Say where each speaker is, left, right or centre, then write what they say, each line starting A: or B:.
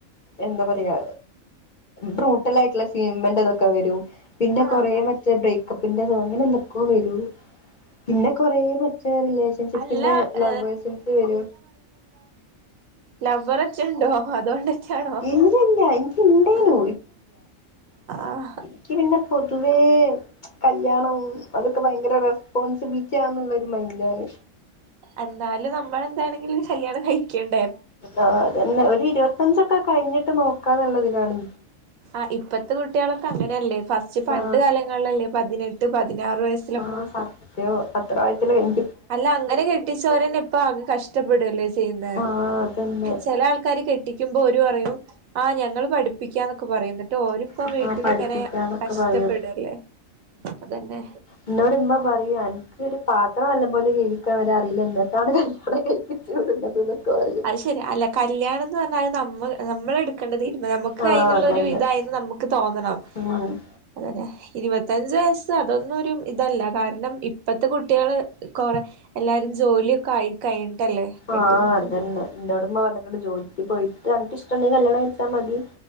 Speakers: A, on the left; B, on the right.
A: എന്താ പറയാ ബ്രൂട്ടലായിട്ടുള്ള സീനിമെന്റ് അതൊക്കെ വരും പിന്നെ
B: ആഹ്
A: കൊറ മറ്റേ ബ്രേ കപ്പിൻ്റെതോ അങ്ങനെ എന്തൊക്കൊ വരും പിന്നെ കൊറ മറ്റേ റിലേഷൻഷിപ്പിന്റെ
B: അല്ല ഏ,
A: ലവ്വേഴ്സിൻ്റത് വരു
B: ലവ്വറെറ്റണ്ടൊ അതോണ്ടെറ്റാണോ
A: ഇല്ലില്ല എനിക്ക് ഇണ്ടേനു
B: ആഹ് ആഹ്
A: ഇക്കി പിന്നെ പൊതുവേ കല്ല്യാണവും അതൊക്കെ ഭയങ്കര റെസ്പോൺസിബിലിറ്റി ആണ്ന്നുള്ളരു മൈൻഡ് ആണ്
B: എന്നാലും നമ്മളെന്താണെങ്കിലും കല്യാണം കയിക്കണ്ടേ
A: ആ അതന്നെ ഒരു ഇരുപത്തഞ്ചൊക്കെ കഴിഞ്ഞിട്ട് നോക്കാന്നുള്ളതിനാണ്
B: ആ ഇപ്പത്തെ കുട്ടികളൊക്കെ അങ്ങനെയല്ലേ ഫസ്റ്റ് പണ്ട്
A: ആ
B: കാലങ്ങളിലല്ലേ പതിനെട്ട് പതിനാറ് വയസ്
A: ആഹ് സത്യോ അത്ര വയസ്സില്ല എനി
B: അല്ല അങ്ങനെ കെട്ടിച്ചോരന്നെ ഇപ്പ ആകെ കഷ്ടപ്പെടല്ലേ ചെയ്യിന്നേ
A: ആ അതന്നെ
B: ചെല ആൾക്കാര് കെട്ടിക്കുമ്പോ ഒരു പറയും ആ ഞങ്ങൾ പഠിപ്പിക്കാന്നൊക്കെ പറയുന്നു ന്നി ന്നിട്ട് ഓരിപ്പം
A: ആ
B: വീട്ടിലിങ്ങനെ
A: പഠിപ്പിക്കാന്നൊക്കെ
B: കഷ്ടപ്പെടല്ലേ
A: പറയും
B: അതന്നെ
A: ഇന്നോടിമ്മ പറയൂ അനക്കൊരു പാത്രം നല്ലം പോലെ കേകിക്കാൻ അവരെ അറിയില്ല എന്നിട്ടാണ് കല്യാണം കയി ച്ചിട്ന്നത്ക്കെ പറയും
B: അത് ശരി അല്ല കല്യാണം എന്ന് പറഞ്ഞാൽ നമ്മൾ നമ്മള എടു കണ്ടതീർന്ന് നമുക്ക്
A: ആ
B: അയ്നുള്ള
A: അതന്നെ
B: ഒരു ഇതായന്ന് നമുക്ക് തോന്നണം
A: ഉം
B: അതന്നെ ഇരുപത്തഞ്ച് വയസ്സ് അതൊന്നും ഒരു ഇതല്ല കാരണം ഇപ്പത്തെ കുട്ടികള് കൊറെ എല്ലാരും ജോലിയൊക്കെ ആയി കഴിഞ്ഞിട്ടല്ലേ കെട്ടുന്നത്
A: ആഹ് അതന്നെ ഇന്നോട് മ്മ പർഞ്ഞ് ക്ക്ണ് ജോലിക്ക് പോയിട്ട് അൻക്കിഷ്ടണ്ടെങ്കി കല്യാണം കഴിച്ചാ മതി